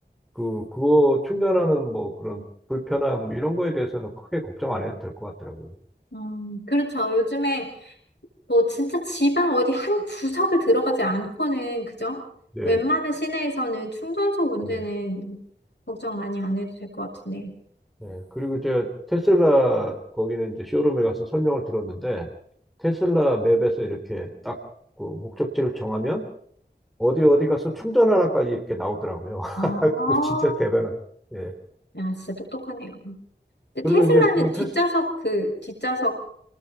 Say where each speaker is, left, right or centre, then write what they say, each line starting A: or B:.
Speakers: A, in the centre; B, on the left.
A: 그 그거 충전하는 뭐 그런 불편함 이런 거에 대해서는 크게 걱정 안 해도 될 것 같더라고요.
B: 음, 그렇죠. 요즘에 뭐 진짜 지방 어디 한 구석을 들어가지 않고는, 그죠?
A: 네,
B: 웬만한 시내에서는 충전소 문제는
A: 네,
B: 걱정 많이 안 해도 될 것 같은데.
A: 네. 그리고 제가 테슬라 거기는 이제 쇼룸에 가서 설명을 들었는데 테슬라 맵에서 이렇게 딱 그 목적지를 정하면 어디 어디 가서 충전하라까지 이렇게 나오더라고요. <laughs>
B: 아,
A: 그거 진짜 대단한. 예.
B: 야, 진짜 똑똑하네요. 근데
A: 그리고
B: 테슬라는
A: 이제 그건
B: 뒷좌석
A: 테스
B: 그, 뒷좌석